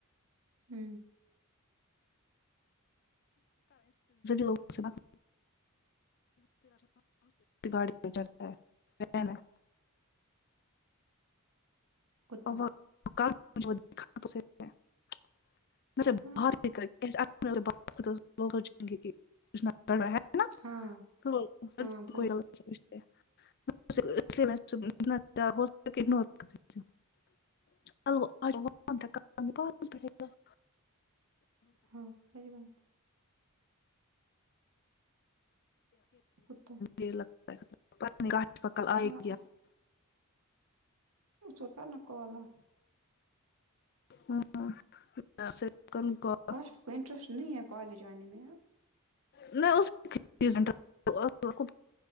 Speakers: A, on the right; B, on the left.
A: ہوں
B: لوگ سے <unintelligible> گاڑی پ چڑتا ہے <unintelligible>
A: کتا
B: د مھے بہتکر <unintelligible>
A: ہاں
B: یں گے <unintelligible> نا
A: ہاں
B: کو <unintelligible>
A: ہاں بول
B: <unintelligible> <unintelligible>
A: ہاں ساری بات کتا
B: لگتا کاش پکل آئے
A: ہاں
B: گیا <unintelligible>
A: ھو کرنا کالا
B: ہاں <unintelligible> جس کن کو
A: کاش کوئی انٹرسٹ نہیں ہے کالج آنے میں
B: نہیں پ